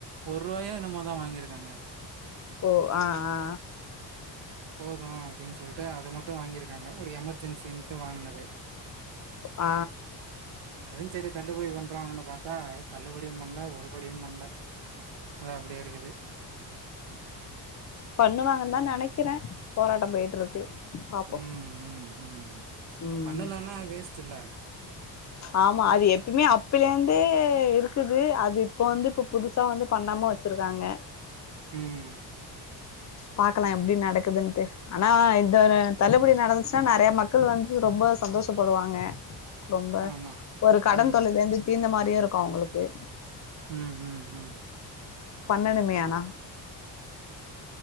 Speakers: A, on the right; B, on the left.
A: ஒரு ரூபாயா என்னமோதா வாங்கிருக்காங்க
B: ஓ ஆ ஆ
A: போதும் அப்டின் சொல்ட்டு அதை மட்டு வாங்கியிருக்காங்க ஒரு எமர்ஜென்சின்ட்டு வாங்குனது
B: ஆ
A: அதுவு சரி தள்ளுபடி பண்ருவாங்கன் பாத்தா தள்ளுபடியு பண்ல ஒருபடியு பண்ல அது அப்டியே இருக்குது
B: பண்ணுவாங்கன்தா நெனைக்கிறே போராட்டம் போயிட்டு இருக்கு பாப்போ
A: ம் ம் ம்
B: ம்
A: பண்ணலனா வேஸ்ட்ல்ல
B: ஆமா அது எப்பயுமே அப்பில இருந்து இருக்குது அது இப்போ வந்து இப்ப புதுசா வந்து பண்ணாம வச்சிருக்காங்க
A: ம்
B: பாக்கலா எப்டி நடக்குதுன்ட்டு ஆனா இந்த தள்ளுபடி நடந்துச்சுன்னா நிறைய மக்கள் வந்து ரொம்ப சந்தோஷப்படுவாங்க ரொம்ப
A: ஆமா.
B: ஒரு கடன்
A: ம்.
B: தொல்லைலருந்து தீந்த மாரியு இருக்கு அவங்களுக்கு
A: ம் ம் ம்
B: பண்ணனுமே ஆனா